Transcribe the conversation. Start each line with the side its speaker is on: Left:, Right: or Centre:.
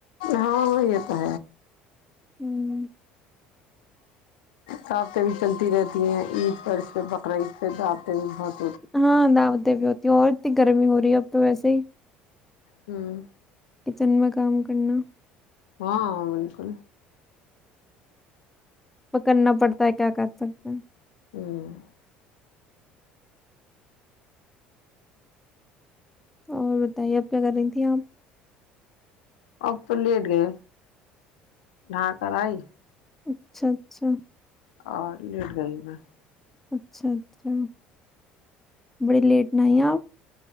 Left: ہاں یہتا
Centre: ہوں <inaudible>
Left: صاف تو بھی چلتی رہتی <unintelligible> ہیں عید پر اس پہ بکرا عید پہ دعوتیں بھی بہت <inaudible>
Centre: ہاں دا د بھی ہو <inaudible> اور اتنی گرمی ہو رہی ہے اب تو ویسے ہی
Left: ہوں <inaudible>
Centre: کچن میں کام کرنا <unintelligible>
Left: ہاں بالکل
Centre: پکڑنا پڑتا ہے کیا کر پڑتا ہے <unintelligible>
Left: ہوں
Centre: اور بتائیے اب کیا کر رہی تھی آپ <unintelligible>
Left: اب تو لیٹ گئے ڈا کر آئی <inaudible>
Centre: اچھا اچھا <inaudible>
Left: اور لیٹ گئی میں <unintelligible>
Centre: اچھا اچا <inaudible> کی <inaudible> بڑی لیٹ نہ آئی آپ <inaudible>